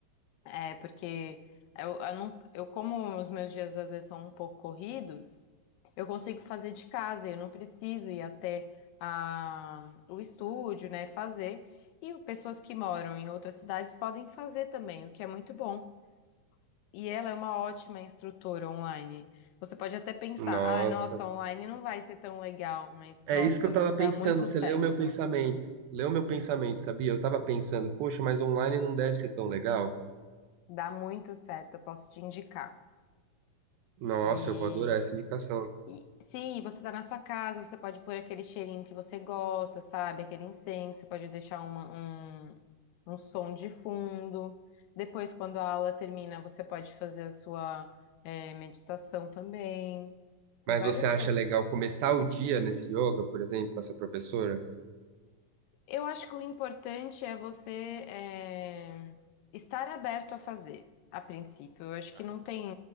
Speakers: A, on the left; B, on the right.
A: É, porque eu, eu não, eu como os meus dias às vezes são um pouco corridos, eu consigo fazer de casa, eu não preciso ir até a, o estúdio, né, fazer. E pessoas que moram em outras cidades podem fazer também, o que é muito bom. E ela é uma ótima instrutora online. Você pode até pensar,
B: Nossa.
A: ah, nossa, online não vai ser tão legal, mas
B: É
A: nossa,
B: isso que eu tava
A: dá
B: pensando,
A: muito
B: você
A: certo.
B: leu meu pensamento. Leu meu pensamento, sabia? Eu tava pensando, poxa, mas online não deve ser tão legal.
A: Dá muito certo, eu posso te indicar.
B: Nossa,
A: E,
B: eu vou adorar essa indicação.
A: e sim, você tá na sua casa, você pode pôr aquele cheirinho que você gosta, sabe? Aquele incenso, você pode deixar uma- um, um som de fundo. Depois, quando a aula termina, você pode fazer a sua, eh, meditação também. Tem
B: Mas
A: várias
B: você acha
A: coisas.
B: legal começar o dia nesse yoga, por exemplo, com essa professora?
A: Eu acho que o importante é você é, estar aberto a fazer, a princípio. Eu acho
B: Tá.
A: que não tem